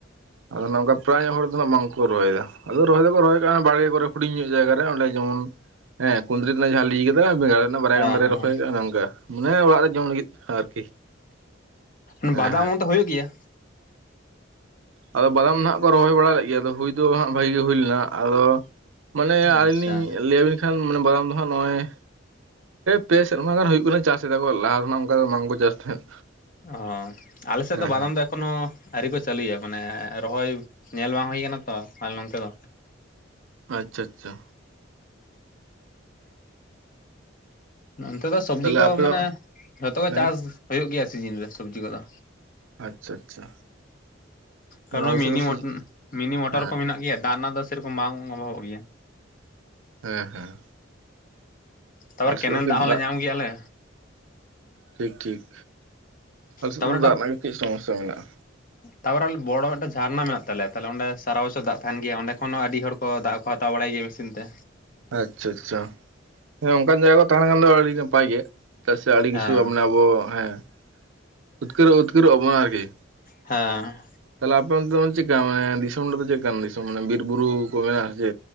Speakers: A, on the right (about 80°); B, on the left (about 45°).
A: ᱟᱫᱚ ᱱᱚᱝᱠᱟ ᱯᱨᱟᱭᱧᱚᱜ ᱦᱚᱲ ᱫᱚ ᱵᱟᱝᱠᱚ ᱨᱚᱦᱚᱭᱮᱫᱟ ᱟᱫᱚ ᱨᱚᱦᱚᱭ ᱫᱚᱠᱚ ᱨᱚᱦᱚᱭ ᱠᱟᱱᱟ ᱵᱟᱲᱜᱮ ᱠᱚᱨᱮ ᱦᱩᱰᱤᱧ ᱧᱚᱜ ᱡᱟᱭᱜᱟ ᱨᱮ ᱚᱸᱰᱮ ᱡᱮᱢᱚᱱ ᱦᱮᱸ ᱠᱩᱫᱨᱤ ᱨᱮᱱᱟᱜ ᱡᱟᱦᱟᱸ ᱟᱹᱭᱤ ᱠᱮᱫᱟ ᱵᱮᱸᱜᱟᱲ ᱨᱮᱱᱟᱜ ᱵᱟᱨᱭᱟ
B: ᱚ ᱦᱮᱸ
A: ᱜᱟᱱ ᱫᱟᱨᱮ
B: ᱦᱮᱸ
A: ᱨᱚᱦᱚᱭ ᱟᱠᱟᱜ ᱱᱚᱝᱠᱟ ᱢᱟᱱᱮ ᱚᱲᱟᱜ ᱨᱮ ᱡᱚᱢ ᱞᱟᱹᱜᱤᱫ ᱟᱨᱠᱤ
B: ᱚ
A: ᱦᱮᱸ
B: ᱵᱟᱫᱟᱢ
A: ᱦᱮᱸ
B: ᱢᱚᱛᱚ ᱦᱩᱭᱩᱜ ᱜᱮᱭᱟ
A: ᱟᱫᱚ ᱵᱟᱫᱟᱢ ᱫᱚ ᱦᱟᱸᱜ ᱠᱚ ᱨᱚᱦᱚᱭ ᱵᱟᱲᱟ ᱞᱮᱫ ᱜᱮᱭᱟ, ᱟᱫᱚ ᱦᱩᱭ ᱫᱚ ᱦᱟᱜ ᱵᱷᱟᱜᱤ ᱜᱮ ᱦᱩᱭ ᱞᱮᱱᱟ, ᱟᱫᱚ ᱢᱟᱱᱮ ᱟᱹᱞᱤᱧ
B: ᱟᱪᱪᱷᱟ
A: ᱞᱤᱧ ᱞᱟᱹᱭᱟᱵᱤᱱ ᱠᱷᱟᱱ ᱢᱟᱱᱮ ᱵᱟᱫᱟᱢ ᱫᱚ ᱦᱟᱸᱜ ᱱᱚᱜᱼᱚᱭ ᱯᱮ ᱥᱮᱨᱢᱟ ᱜᱟᱱ ᱦᱩᱭᱩᱜ ᱠᱟᱱᱟ ᱪᱟᱥᱮᱫᱟᱠᱚ ᱞᱟᱦᱟ ᱫᱚ ᱱᱟᱜ ᱚᱱᱠᱟ ᱫᱚ ᱵᱟᱝᱠᱚ ᱪᱟᱥ ᱛᱟᱦᱮᱸᱫ
B: ᱚ ᱟᱞᱮ ᱥᱮᱫ
A: ᱦᱮᱸ
B: ᱫᱚ ᱵᱟᱫᱟᱢ
A: ᱦᱮᱸ
B: ᱫᱚ ᱮ ᱮᱠᱷᱚᱱᱳ ᱟᱹᱨᱤ ᱠᱚ ᱪᱟᱹᱞᱩᱭᱟ ᱢᱟᱱᱮ ᱨᱚᱦᱚᱭ ᱧᱮᱞ ᱵᱟᱝ ᱦᱩᱭ ᱟᱠᱟᱱᱟ ᱛᱚ ᱟᱨ ᱟᱞᱮᱱᱚᱱᱛᱮ ᱫᱚ
A: ᱟᱪᱪᱷᱟ ᱟᱪᱪᱷᱟ
B: ᱚᱱᱛᱮ ᱫᱚ ᱥᱚᱵᱡᱤ
A: ᱛᱟᱦᱚᱞᱮ
B: ᱠᱚ
A: ᱟᱯᱮ
B: ᱢᱟᱱᱮ
A: ᱫᱚ
B: ᱡᱷᱚᱛᱚ ᱠᱚ
A: ᱦᱮᱸ
B: ᱪᱟᱥ ᱦᱩᱭᱩᱜ ᱜᱮᱭᱟ ᱥᱤᱡᱤᱱ ᱨᱮ ᱥᱚᱵᱽᱡᱤ ᱠᱚᱫᱚ
A: ᱟᱪᱪᱷᱟ ᱟᱪᱪᱷᱟ
B: ᱠᱟᱨᱚᱱ
A: ᱟᱞᱮ ᱥᱮᱫ
B: ᱢᱤᱱᱤ
A: ᱫᱚ ᱥᱤ
B: ᱢᱤᱱᱤ ᱢᱚᱴᱚᱨ
A: ᱦᱮᱸ
B: ᱠᱚ ᱢᱮᱱᱟᱜ ᱜᱮᱭᱟ ᱫᱟᱜ ᱨᱮᱱᱟᱜ ᱫᱚ ᱥᱮᱨᱚᱠᱚᱢ ᱵᱟᱝ ᱚᱵᱷᱟᱚᱵᱚᱜ ᱜᱮᱭᱟ᱾
A: ᱦᱮᱸ ᱦᱮᱸ
B: ᱛᱟᱯᱚᱨ
A: ᱟᱞᱮ ᱥᱮᱫ
B: ᱠᱮᱱᱮᱞ
A: ᱫᱚ ᱠᱟᱹᱡ
B: ᱫᱟᱜ ᱦᱚᱸᱞᱮ ᱧᱟᱢ ᱜᱮᱭᱟᱞᱮ
A: ᱴᱷᱤᱠ ᱴᱷᱤᱠ ᱟᱞᱮ ᱥᱮᱫ
B: ᱛᱟᱯᱚᱨᱮ ᱢᱤᱫᱴᱟᱝ
A: ᱫᱟᱜ ᱨᱮᱱᱟᱜ ᱜᱮ ᱠᱟᱹᱡ ᱥᱚᱢᱚᱥᱥᱟ ᱢᱮᱱᱟᱜᱼᱟ᱾
B: ᱛᱟᱯᱚᱨᱮ ᱵᱚᱲᱚ ᱢᱤᱫᱴᱮᱱ ᱡᱷᱟᱨᱱᱟ ᱢᱮᱱᱟᱜ ᱛᱟᱞᱮᱭᱟ ᱛᱟᱦᱞᱮ ᱚᱸᱰᱮ ᱥᱟᱨᱟ ᱵᱚᱪᱷᱚᱨ ᱫᱟᱜ ᱛᱟᱦᱮᱱ ᱜᱮᱭᱟ ᱚᱸᱰᱮ ᱠᱷᱚᱱ ᱦᱚᱸ ᱟᱹᱰᱤ ᱦᱚᱲ ᱠᱚ ᱫᱟᱜ ᱠᱚ ᱦᱟᱛᱟᱣ ᱵᱟᱲᱟᱭ ᱜᱮᱭᱟ ᱢᱮᱥᱤᱱ ᱛᱮ
A: ᱟᱪᱪᱷᱟ ᱟᱪᱪᱷᱟ ᱦᱮ ᱚᱱᱠᱟᱱ ᱡᱟᱭᱜᱟ ᱠᱚ ᱛᱟᱦᱮᱱ ᱠᱷᱟᱱ ᱫᱚ ᱟᱹᱰᱤ ᱱᱟᱯᱟᱭ ᱜᱮ ᱛᱟ ᱥᱮ ᱟᱹᱰᱤ ᱠᱤᱪᱷᱩ
B: ᱦᱮᱸ
A: ᱟᱵᱚ ᱦᱮᱸ ᱩᱫᱽᱠᱟᱹᱨᱚᱜ ᱩᱫᱽᱠᱟᱹᱨᱚᱜ ᱟᱵᱚᱱᱟ ᱟᱨᱠᱤ
B: ᱦᱮᱸ
A: ᱛᱟᱦᱚᱞᱮ ᱟᱯᱮᱚᱱᱛᱮ ᱪᱮᱫᱞᱮᱠᱟ ᱢᱟᱱᱮ ᱫᱤᱥᱚᱢ ᱨᱮ ᱫᱚ ᱪᱮᱫᱞᱮᱠᱟᱱ ᱠᱟᱱᱟ ᱫᱤᱥᱚᱢ ᱢᱟᱱᱮ ᱵᱤᱨ ᱵᱩᱨᱩ? ᱢᱮ ᱡᱮ